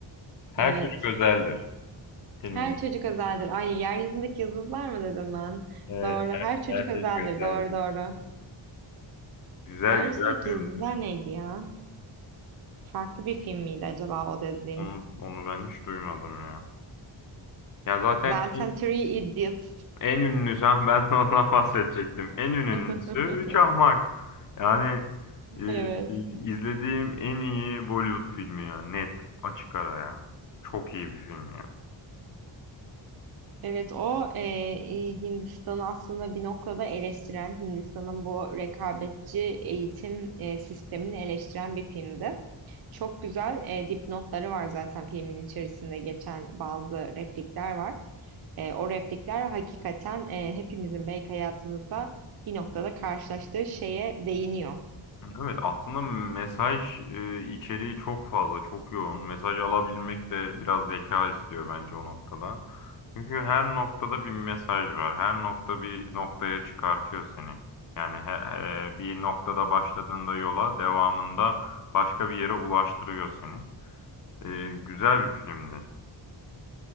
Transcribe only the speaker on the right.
Evet.
Her çocuk özeldir. Ay yeryüzündeki yıldızlar mı dedim ben?
Doğru.
Her çocuk
özeldir.
Doğru doğru.
Yeryüzündeki
yıldızlar neydi ya? Farklı bir film miydi acaba o dediğim?
Zaten
Three Idiots.
<laughs>
Evet.
Evet o e, e, Hindistan'ı aslında bir noktada eleştiren, Hindistan'ın bu rekabetçi eğitim e, sistemini eleştiren bir filmdi. Çok güzel e, dipnotları var zaten filmin içerisinde geçen bazı replikler var. E, o replikler hakikaten e, hepimizin belki hayatımızda bir noktada karşılaştığı şeye değiniyor.